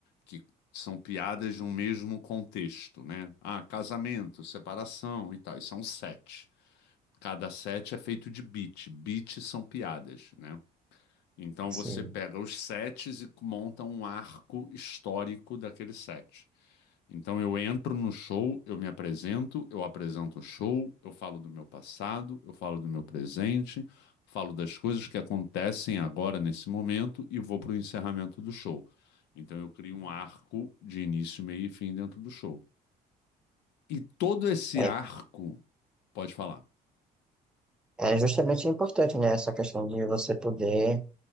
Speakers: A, on the left (about 90°); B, in the centre.
A: que são piadas de um mesmo contexto, né? Ah, casamento, separação e tal, isso é um set. Cada set é feito de beat, beat são piadas, né? Então
B: sim.
A: você pega os sets e monta um arco histórico daquele set. Então eu entro no show, eu me apresento, eu apresento o show, eu falo do meu passado, eu falo do meu presente, falo das coisas que acontecem agora nesse momento e vou para o encerramento do show. Então eu crio um arco de início, meio e fim dentro do show. E todo esse
B: É,
A: arco, pode falar.
B: é justamente importante, né? Essa questão de você poder